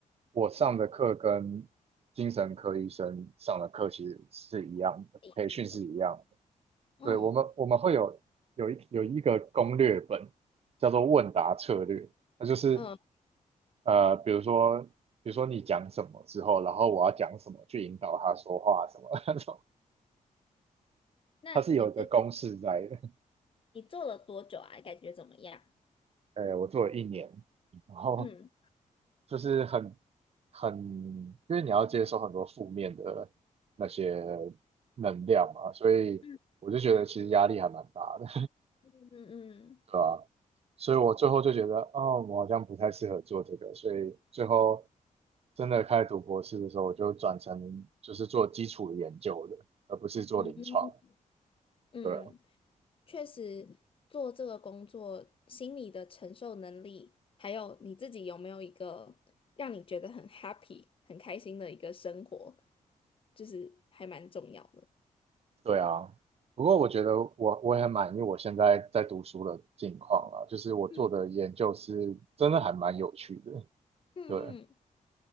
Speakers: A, on the right; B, on the left.
A: 我上的课跟精神科医生上的课其实是一样的，
B: 嗯的。
A: 培训是一样
B: 嗯
A: 对，我们我们会有有一有一个攻略本，叫做问答策略。那就是
B: 嗯
A: 呃，比如说比如说你讲什么之后，然后我要讲什么去引导他说话什么 <laughs> 那种，
B: 那你这
A: 它是有一个公式在的。<laughs>
B: 你做了多久啊？感觉怎么样？
A: 呃，我做了一年，然后
B: 嗯
A: 就是很很，因为你要接收很多负面的那些能量嘛，所以我就觉得其实压力还蛮大的。
B: 嗯。嗯嗯
A: 对吧？所以我最后就觉得，哦，我好像不太适合做这个，所以最后真的开始读博士的时候，我就转成就是做基础研究的，而不是做临床。
B: 嗯嗯嗯。
A: 对
B: 确实做这个工作，心理的承受能力，还有你自己有没有一个让你觉得很 happy、很开心的一个生活，就是还蛮重要的。
A: 对啊，不过我觉得我我也很满意我现在在读书的境况啊，就是我做的研究是真的还蛮有趣的。
B: 嗯嗯嗯，
A: 对，